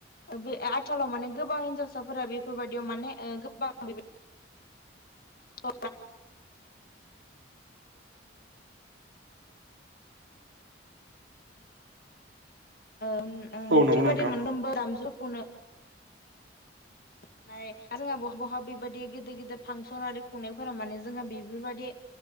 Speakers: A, on the left; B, on the right.
A: ओ बे आथालाव माने गोबां हिन्जावसाफोरा बेफोरबायदियाव माने ओ गोबां बेबा <unintelligible> <unintelligible> ओ उम
B: औ नंगौ
A: थिग बादि
B: नोंथां
A: मोनफ्रोमबो दामजुखौनो फ्राय आरो जोंहा बहा बहा बेबायदि गिदिर गिदिर फांसन आरो खुंनायफोरा माने जोंहा बेफोरबायदि